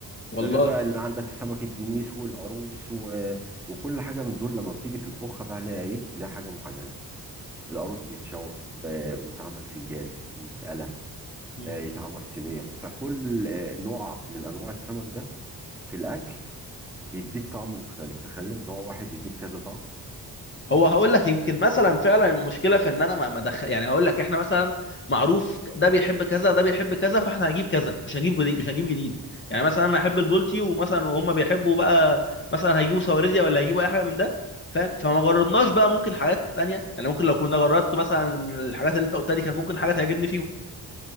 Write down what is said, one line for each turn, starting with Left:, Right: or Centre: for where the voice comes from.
Left: والله
Centre: ده غير بقى ان عندك سمكة دينيس والقاروص و... وكل حاجة من دول لما بتيجي تطبخها بقى ليها ايه ليها حاجة معينة يعني القاروص بيتشوى و- ويتعمل سنجاري ويتقلى
Left: مم.
Centre: آه، يتعمل صينية فكل آه، نوع من انواع السمك ده في الاكل بيديك طعم مختلف تخيل نوع واحد يديك كذا طعم
Left: هو هقول لك يمكن مثلا فعلا المشكله في ان انا ما ما دخل يعني هقول لك احنا مثلا معروف ده بيحب كذا ده بيحب كذا فاحنا هنجيب كذا مش هنجيب جديد مش هنجيب جديد يعني مثلا انا احب البولتي ومثلا وهم بيحبوا بقى مثلا هيجيبوا سواردية ولا هيجيبوا اي حاجه من ده فاهم فما جربناش بقى ممكن حاجات تانية يعني ممكن لو كنا جربت مثلا الحاجات اللي انت قلتها دي كان ممكن حاجه تعجبني فيهم